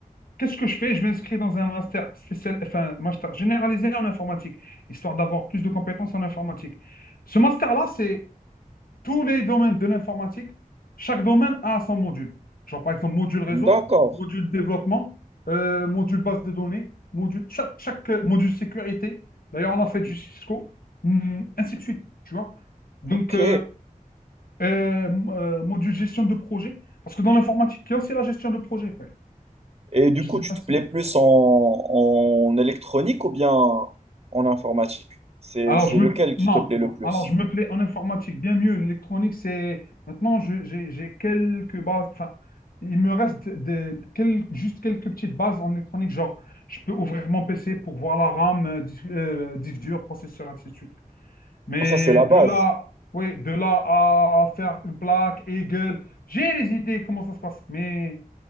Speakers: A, on the left (about 85°); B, on the right (about 40°).
A: Qu'est-ce que je fais? Je m'inscris dans un master spécial, enfin, master généralisé en informatique, histoire d'avoir plus de compétences en informatique. Ce master-là, c'est tous les domaines de l'informatique, chaque domaine a son module. Genre, par exemple, module réseau,
B: D'accord,
A: module développement, euh, module base de données, module, chaque, chaque, euh, module sécurité. D'ailleurs, on a fait du Cisco, hum, ainsi de suite, tu vois. Donc,
B: ok.
A: euh, euh, euh, module gestion de projet, parce que dans l'informatique, il y a aussi la gestion de projet, frère.
B: Et du
A: Je
B: coup,
A: ne sais
B: tu
A: pas
B: te
A: si
B: plais plus en, en électronique ou bien en informatique? C'est
A: Alors,
B: c'est
A: je me...
B: lequel
A: Non,
B: qui te plaît
A: non.
B: le plus?
A: Alors, je me plais en informatique bien mieux. L'électronique, c'est... Maintenant, je- j'ai j'ai quelques bases. Enfin, il me reste des, quel- juste quelques petites bases en électronique. Genre, je peux ouvrir mon PC pour voir la RAM, euh, dis- euh, disque, dur, processeur, ainsi de suite. Mais
B: Ah, Ça, c'est la
A: de
B: base.
A: là, oui, de là à faire une plaque, Eagle, j'ai les idées comment ça se passe, mais